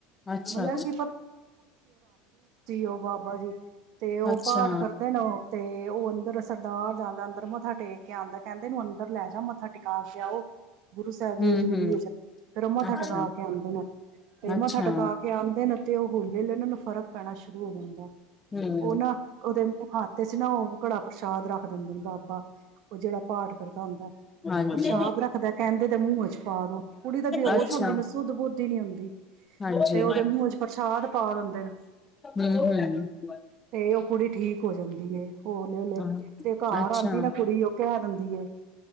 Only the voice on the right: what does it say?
ਮਲ
ਜੀ,, ਔ ਬਾਬਾ ਜੀ। ਤੇ ਔ
ਪਾਠ ਕਰਦੇ ਨੇ, ਔ ਅਤੇ ਔ ਅੰਦਰ ਸਰਦਾਰ, ਜਿਆਦਾ ਨੇ। ਅੰਦਰ ਮੱਥਾ ਟੇਕ ਕੇ ਆਂਦਾ। ਕਹਿੰਦੇ, ਏਨੂੰ ਅੰਦਰ ਲੈ ਜਾ, ਮਥਾ ਟੇਕ ਪਾਸ ਆਉ। ਗੁਰੂ ਸਾਹਿਬ ਦੀ
ਹਜੂਰੀ ਚ ਫਿਰ ਔ ਮੱਥਾ
ਟਕਾ ਕੇ ਆਂਦੇ ਨੇ ਤੇ
ਮੱਥਾ ਟਕਾ ਕੇ ਆਂਦੇ ਨੇ ਅਤੇ ਉਹ ਹੋਲੇ ਲਈ ਇਹਨਾਂ ਨੂੰ ਫ਼ਰਕ ਪੈਣਾ ਸ਼ੁਰੂ ਹੋ ਜਾਂਦਾ
ਉਹ ਨਾ ਉਹਦੇ ਹਾਥ ਚ ਨਾ ਉਹ ਕੜਾਹ ਪ੍ਰਸ਼ਾਦ ਰੱਖ ਦਿੰਦੇ ਨੇ ਬਾਬਾ ਉਹ ਜਿਹੜਾ ਪਾਠ ਦਾ ਹੁੰਦਾ
ਪ੍ਰਸ਼ਾਦ ਰੱਖਦਾ ਕਹਿੰਦੇ ਤੇ ਮੂੰਹ ਚ ਪਾ ਦੋ ਕੁੜੀ ਤਾਂ ਬੇਹੋਸ਼
ਹੁੰਦੀ ਸੁਧ ਬੁੱਧ ਨੀ ਹੁੰਦੀ
ਤੇ ਉਹਦੇ ਮੂੰਹ ਚ ਪ੍ਰਸ਼ਾਦ ਪਾ ਦਿੰਦੇ ਨੇ
ਤੇ ਉਹ ਕੁੜੀ ਠੀਕ ਹੋ ਜਾਂਦੀ ਹੈ, ਹੌਲੇ- ਹੌਲੇ
ਤੇ ਘਰ
ਆਂਦੀ ਨਾ ਕੁੜੀ ਉਹ ਕਹਿ ਦਿੰਦੇ ਦੀਏ